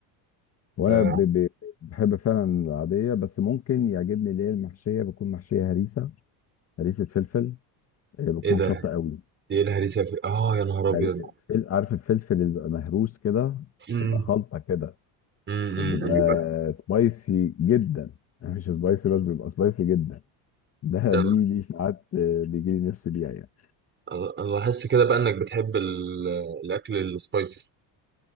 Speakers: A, on the left; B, on the right.
A: وانا
B: آه.
A: ب- ب- بحب فعلا العاديه بس ممكن يعجبني اللي هي المحشيه بتكون محشيه هريسه هريسه فلفل آه، بتكون
B: ايه ده؟
A: شطه قوي
B: دي ايه الهريسة في... اه يا نهار
A: هريسه
B: ابيض
A: فل- عارف الفلفل اللي بيبقى مهروس كده
B: امم
A: بيبقى خلطه كده
B: امم
A: بيبقى
B: أمم.
A: سبايسي جدا يعني مش سبايسي بس بيبقى سبايسي جدا ده
B: ده
A: دي دي ساعات بيجي لي نفسي بيها يعني
B: انا أنا لاحظت كده بقى انك بتحب ال- الاكل السبايسي